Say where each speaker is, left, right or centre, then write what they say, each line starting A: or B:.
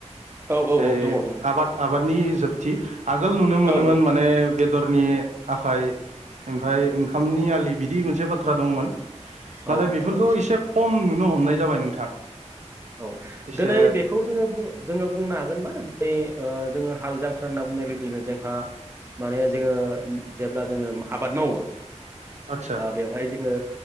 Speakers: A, on the right; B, on the right.
A: औ
B: ओ
A: औ दङ दङ
B: आबाद -आबादनि जोबथि आगोल नुनो मोनोमोन
A: औ
B: माने बेदरनि आखाइ ओमफ्राय ओंखामनि आलि बिदि मोनसे बाथ्रा दंमोन। नाथाय
A: औ औ
B: बेफोरखौ एसे खम नुनो हमनाय जाबाय नोंथां।
A: औ
B: एसे
A: दिनै बेखौ जोङो -जोङो बुंनो हागोनबा दि जोङो हाल जांख्रा होनना बुंनाय लोगो - लोगोनो जोंहा माने जोङो जेब्ला जोङो आबाद मावो
B: आदसा
A: बेवहाय जोङो